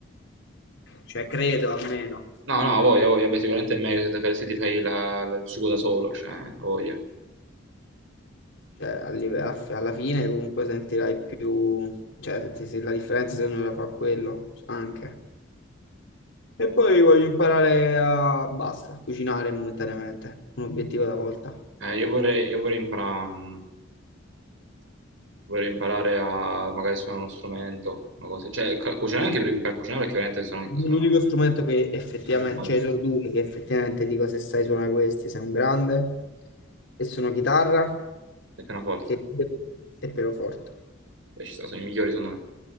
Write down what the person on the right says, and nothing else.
No, no, a voglia, a voglia, beh, sicuramente è meglio se, te- se ti fai la- la- il sugo da solo, cioè, a voglia.
Eh, io vorrei, io vorrei imparare, vorrei imparare a magari suonare uno strumento, una cosa, cioè, ca- cucinare anche per, per cucinare perché veramente sono, sono
Cosa che vado?
È appena forte.
Beh, ci sta, sono i migliori secondo me.